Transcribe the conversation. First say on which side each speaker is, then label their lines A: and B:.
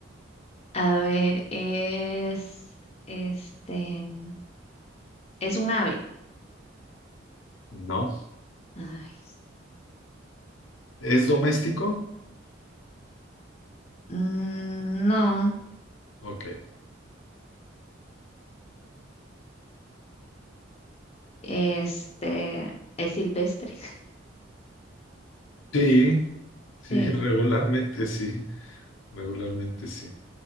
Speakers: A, on the left; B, on the left.
A: a ver, es este es un ave.
B: no.
A: Ay,
B: ¿Es doméstico?
A: mm, no.
B: Ok.
A: Este, es silvestre.
B: Sí, sí,
A: Sí.
B: <laughs> regularmente sí, regularmente sí.